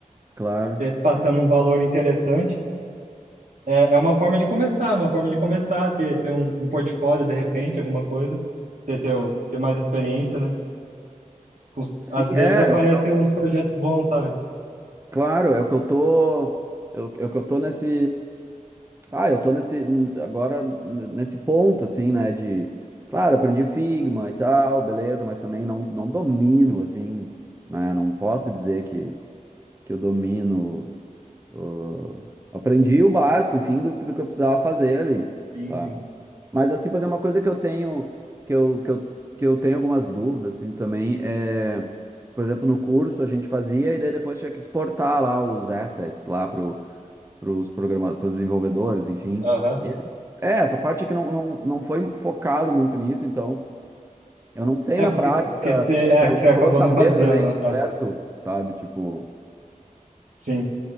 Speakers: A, on the right (about 20°); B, on the right (about 70°).
A: claro.
B: passando um valor interessante É, é uma forma de começar, uma forma de começar, ter, ter um, um portfólio de repente, alguma coisa, você ter, o- ter mais experiência, né? Com-
A: Sim,
B: Às vezes
A: é,
B: aparecem
A: é o que-
B: uns projetos bons, sabe?
A: claro, é o que eu tô, é o é o que eu tô nesse Ah, eu tô nesse agora n- nesse ponto assim, né, de claro, aprendi Figma e tal, beleza, mas também não, não domino assim, né? Não posso dizer que que eu domino ãh, aprendi o básico, enfim, do, do que eu precisava fazer ali,
B: Sim,
A: tá?
B: sim.
A: Mas assim, fazer uma coisa que eu tenho que eu, que eu, que eu tenho algumas dúvidas assim também é, por exemplo, no curso a gente fazia e daí depois tinha que exportar lá os assets lá para os programadores, para os desenvolvedores, enfim.
B: Aham.
A: E esse- É, essa parte que não, não, não foi focado muito nisso, então eu não sei
B: É
A: na
B: porque,
A: prática
B: é porque você,
A: se
B: é, que
A: eu
B: você acabou
A: vou saber
B: não fazendo,
A: fazer
B: né?
A: isso
B: Ah,
A: certo, sabe? Tipo,
B: sim.